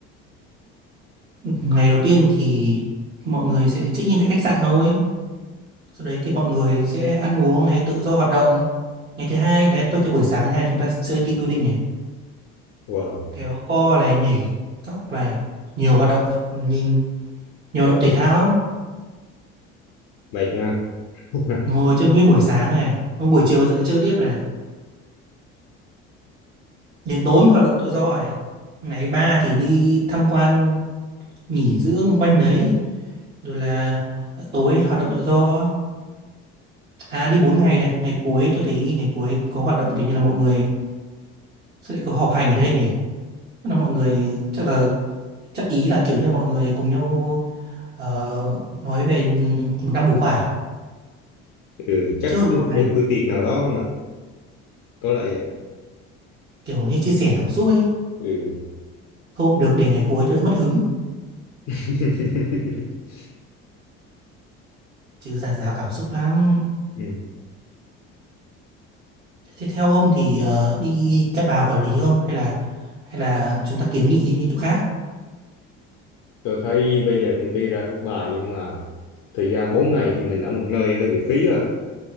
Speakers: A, on the right; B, on the left.
A: Ngày đầu tiên thì mọi người sẽ check-in tại khách sạn thôi. Sau đấy thì mọi người sẽ ăn uống này, tự do hoạt động. Ngày thứ hai, đấy tôi thấy buổi sáng ngày thứ hai chúng ta chơi team building này,
B: wow
A: kéo co này, nhảy cóc này, nhiều hoạt động, nhìn nhiều hoạt động thể thao lắm.
B: mệt nha <laughs>
A: Ngồi chơi nguyên buổi sáng này, hôm buổi chiều lại chơi tiếp này, đến tối mới hoạt động tự do này. Ngày ba thì đi tham quan nghỉ dưỡng quanh đấy, rồi là tối hoạt động tự do. À đi 4 ngày đây, ngày cuối tôi thấy ngày cuối có hoạt động kiểu như là mọi người Sao lại có họp hành ở đây nhỉ? Chắc là mọi người chắc là chắc ý là kiểu như là mọi người cùng nhau ờ, nói về một năm vừa qua à?
B: ừ, chắc
A: chứ không
B: có
A: họp
B: một
A: hành
B: buổi buổi tiệc nào đó không nè có lẽ vậy
A: kiểu như chia sẻ cảm xúc ấy
B: ừ.
A: thôi cũng được để ngày cuối cho đỡ mất hứng
B: <laughs>
A: chứ dạt dào cảm xúc lắm
B: ừ.
A: thế theo ông thì ờ, đi Cát Bà quản lý không hay là hay là chúng ta kiến nghị đi chỗ khác
B: Tôi thấy bây giờ công ty ra các bà nhưng mà thời gian 4 ngày thì mình ở một nơi hơi bị phí ha.